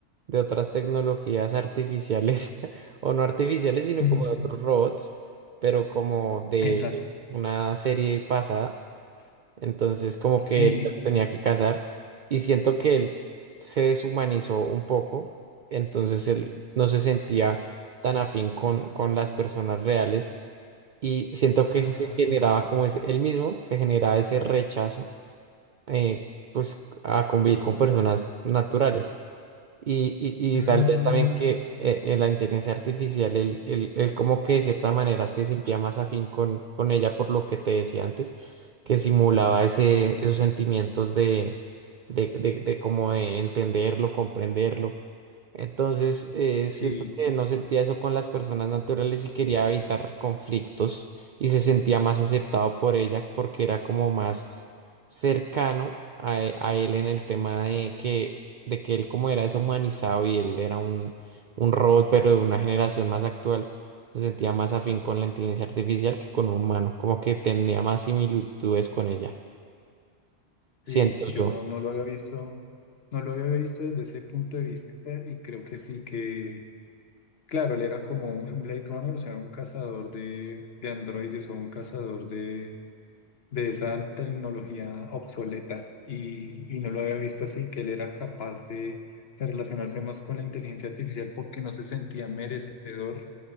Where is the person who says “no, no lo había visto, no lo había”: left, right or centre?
Left